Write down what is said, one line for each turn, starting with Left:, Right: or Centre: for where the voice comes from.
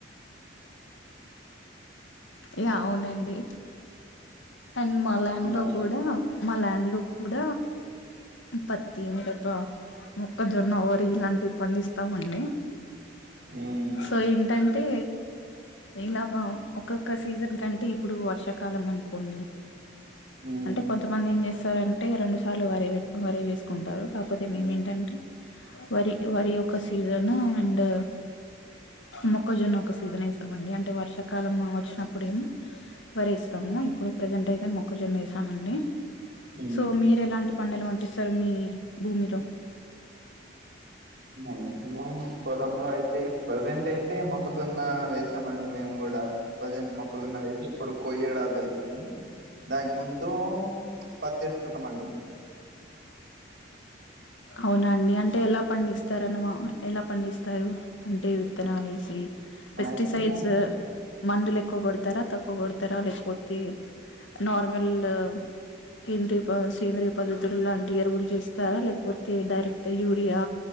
Left: యా అవునండి అండ్ మా లాండ్లో
Right: అవునా
Left: కుడ మా లాండ్లో కూడ పత్తి మిరప మొక్కజొన్న వరి ఇలాంటివి పండిస్తామండి
Right: ఉమ్
Left: సో ఎంటంటే ఇలా మా ఒక్కొక్క సీజన్కంటే ఇప్పుడు వర్షాకాలం అనుకోండి
Right: ఉమ్
Left: అంటె కొంతమంది ఏం చేస్తారంటే రెండు సార్లు వరి వరీ వేసుకుంటారు కాకపోతే మేమేంటంటే వరి వరీ యొక్క సీజను అండ్ మొక్కజొన్న ఒక సీజన్ ఎస్తామండి అంటే వర్షాకాలం వచ్చినప్పుడేమో వరి ఏస్తాము ఇప్పుడు ప్రెజెంట్ అయితే మొక్కజొన్నేసమండి
Right: ఉమ్
Left: సో మీరు ఎలాంటి పండలు వంటిస్తార్ మీ భూమిలో
Right: మాక్సిమం పోలంలో అయి తే ప్రజెంట్ అయితే మొక్కజొన్న వేసామండి మేమ్గూడా ప్రజెంట్ మొక్కజొన్న వేసి ఇప్పుడు కొయ్యడాలు అయితున్నాయి దానికి ముందు పత్తెస్కున్నాం అండి
Left: అవునాండి అంటే ఎలా పండిస్తారనమా ఎలా పండిస్ తారు అంటే ఈ విత్తనాలెసి
Right: మాక్సిమం
Left: పెస్టిసైడ్స్ మందులు ఎక్కువ కొడతారా తక్కువ గొడతారా లేకపోతే నార్మల్ల్ కేద్రీయ ప సేంద్రీయ పద్ధతులు లాంటి ఎరువులు చేస్తారా లేక పోతే డైరెక్ట్ యూరియా